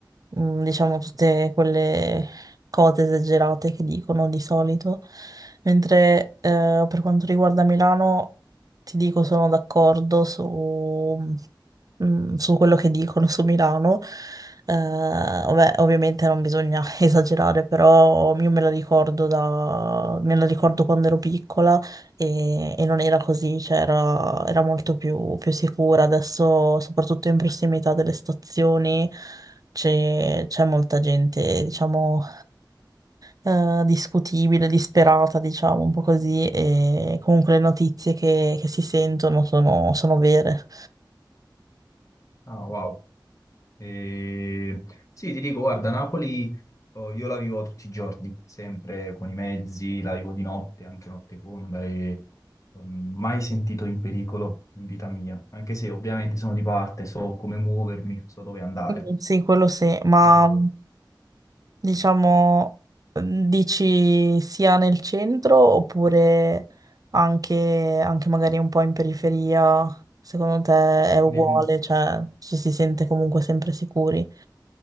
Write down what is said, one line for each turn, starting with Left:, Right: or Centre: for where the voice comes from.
Right: mm, diciamo, tutte quelle cose esagerate che dicono di solito. Mentre eh, per quanto riguarda Milano, ti dico, sono d'accordo su, mm, su quello che dicono su Milano. Eh, vabbè, ovviamente non bisogna <laughs> esagerare, però io me la ricordo da, me la ricordo quando ero piccola e, e non era così, cioè era, era molto più, più sicura. Adesso, soprattutto in prossimità delle stazioni, c'è c'è molta gente, diciamo, eh, discutibile, disperata, diciamo, un po' così, e comunque le notizie che, che si sentono sono, sono vere.
Left: ah, wow. E- Sì, ti dico, guarda, Napoli oh, io la vivo tutti i giorni, sempre con i mezzi, la vivo di notte, anche notte fonda, e mm, mai sentito in pericolo in vita mia, anche se ovviamente sono di parte, so come muovermi, so dove andare.
Right: Quindi Sì, quello sì, ma
Left: Eh,
Right: Diciamo, mhmm, dici sia nel centro oppure anche, anche magari un po' in periferia? Secondo te è uguale,
Left: ne-
Right: cioè ci si sente comunque sempre sicuri?